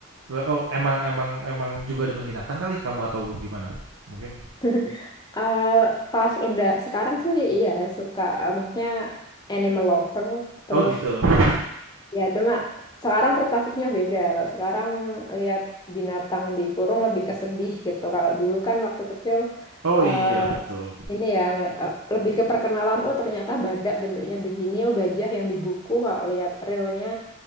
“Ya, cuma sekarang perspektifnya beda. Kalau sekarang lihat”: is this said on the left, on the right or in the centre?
Left